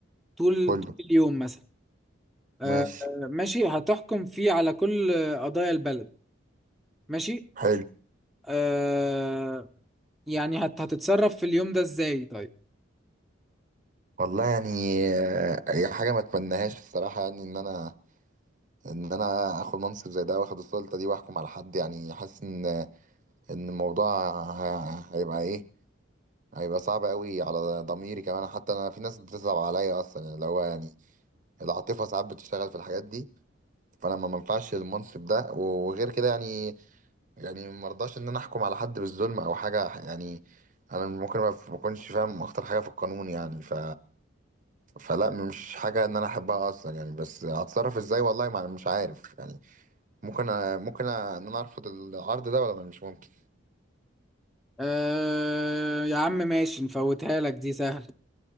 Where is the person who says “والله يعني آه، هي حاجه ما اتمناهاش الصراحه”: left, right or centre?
Right